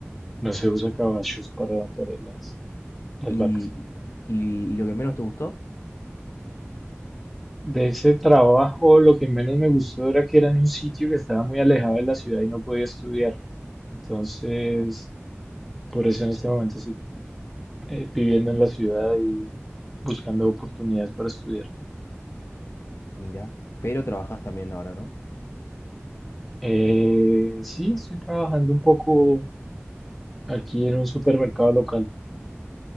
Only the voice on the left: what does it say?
¿Y,
y, y lo que menos te gustó?
Ajá.
Mira, pero trabajas también ahora, ¿no?